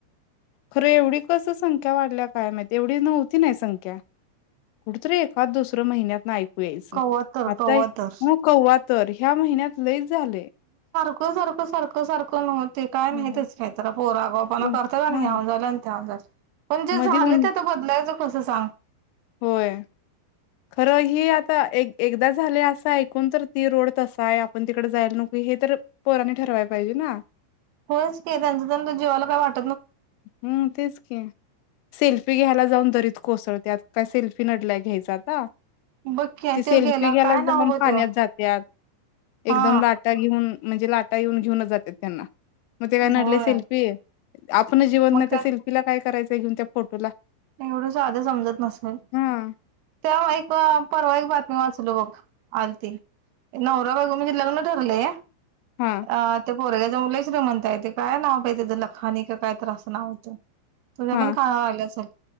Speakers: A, on the left (about 85°); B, on the right (about 80°).
A: खरं एवढी कसं संख्या वाढल्या काय माहित, एवढी नव्हती नव्हती ना संख्या कुठतरी एकाद दुसरं महिन्यात ना ऐकू यायचं
B: कवा तर
A: आता
B: कवा तर
A: <unintelligible> तर ह्या महिन्यात लयच झालय.
B: सारखं सारखं सारखं नव्हत ते काय
A: हं.
B: नाहीतच काहीतर पोरं आगावपणा
A: उन
B: करतात आणि
A: हां.
B: ह्याव झालं आणि त्याव्ह झालं. पण जे
A: मधी
B: झाले
A: उन
B: ते तर बदलायचं कस सांग.
A: होय. खरं ही आता एक एकदा झालय असं ऐकून तर ती रोड तसा आहे आपण तिकडं जायला नको. हे तर पोराने ठरवाय पाहिजे ना
B: होय च कि त्यांच्या त्यांच्या जीवाला काय वाट
A: हम्म तेच की सेल्फी घ्यायला जाऊन दरीत कोसळत्यात काय सेल्फी नडल्या घ्यायचा आता
B: बघ की
A: ती सेल्फी
B: त्यो गेला
A: घ्याला
B: काय नाव
A: जाऊन
B: ग
A: पाण्यात
B: त्यो
A: जात्यात
B: हा
A: एकदम लाटा घेऊन म्हणजे लाटा येऊन घेऊनच जातात त्यांना मग ते काय नडलय
B: होय
A: सेल्फी आपण जीवत
B: मग
A: नाही
B: काय
A: त्या सेल्फीला काय करायचं घेऊन त्या फोटोला
B: एवढं साधं समजत नसेल
A: हां
B: त्या्हा एक परवा एक बातम मी वाचलो बघ आलती नवरा बायको म्हणजे लग्न ठरलेय
A: हां
B: अ ते पोरग्या जाऊन लय श्रीमंतय ते काय नाव बाई त्याच लखानी कायतरी असं नाव होतं. तुझ्या
A: हां
B: पण खा आला असेल.